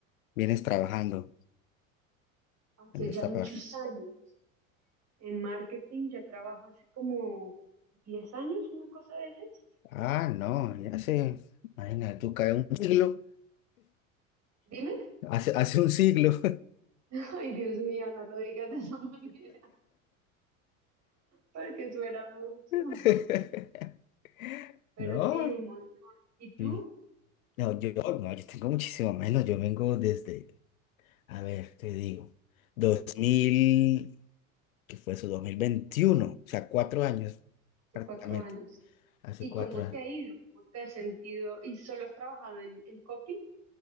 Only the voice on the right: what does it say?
Hace
ya muchos
años. en marketing, ya trabajo hace como 10 años, una cosa de esas.
Dime.
<laughs> Ay, Dios mío, no lo digas de esa <laughs> manera, porque suena mucho.
<laughs> Pero
sí, un montón. ¿Y
tú?
Hace
cuatro años.
¿Y
cómo
te ha ido? ¿Cómo te has sentido? ¿Y solo has trabajado en, en copy